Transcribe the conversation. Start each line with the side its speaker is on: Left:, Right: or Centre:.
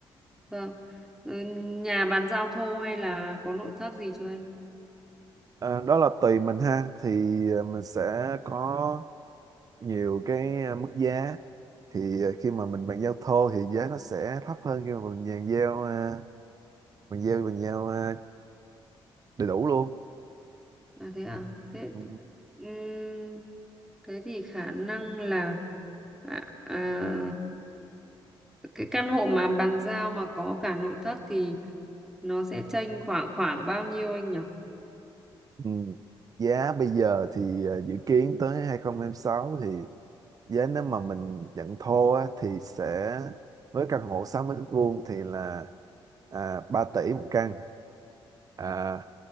Centre: Vâng. Ừ, Nhà bàn giao thô hay là có nội thất gì chưa anh?
Right: À, đó là tùy mình ha thì à, mình sẽ có nhiều cái à, mức giá thì à, khi mà mình bàn giao thô thì giá nó sẽ thấp hơn khi mà mình bàn giao à, bàn giao bàn giao à, đầy đủ luôn
Centre: À thế à? Thế
Right: ừ.
Centre: ừm, thế thì khả năng là à, à, cái căn hộ mà bàn giao mà có cả nội thất thì nó sẽ chênh khoảng khoảng bao nhiêu anh nhỉ?
Right: Ừ. giá bây giờ thì à, dự kiến tới 2026 thì giá nếu mà mình nhận thô á, thì sẽ với căn hộ 60 mét vuông thì là à, 3 tỷ một căn à,